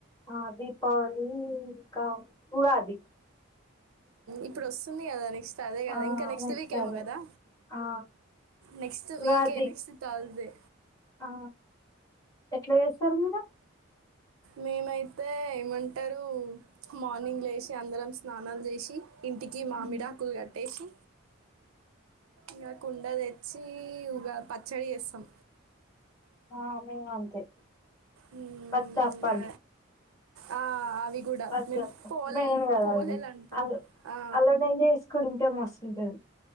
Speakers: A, on the left; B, on the right.
A: ఆ దీపావళ ఇకా పది
B: ఇప్పుడు వస్తుంది కదా నెక్స్ట్ సరే కదా
A: ఆ
B: ఇంకా నెక్స్ట్ వీక్మో
A: అదే
B: కదా
A: ఆ
B: నెక్స్ట్
A: ఉగాది
B: వీకే నెక్స్ట్ త్ర్సడై
A: ఆ ఎట్లా చేస్తారు మీడ
B: మేమైతే ఏమంటారు మార్నింగ్ లేసి అందరం స్నానాలు చేసి ఇంటికి మామిడ
A: ఉమ్
B: ఆకులు కట్టేసి ఇక కుండ తెచ్చి ఉగా పచ్చడి వేస్తాం
A: ఆ మేము అంతే
B: మ్మ్,
A: పచ్చప్పండి
B: ఇంకా, ఆ, అవి కూడా
A: పచ్చప్ప
B: మేము పోలేలు
A: మెయిన్ కదా
B: పోలేలు అంటాం
A: అది అ
B: ఆ,
A: అల్ల న చేసుకునింటే మస్తుం సిగన్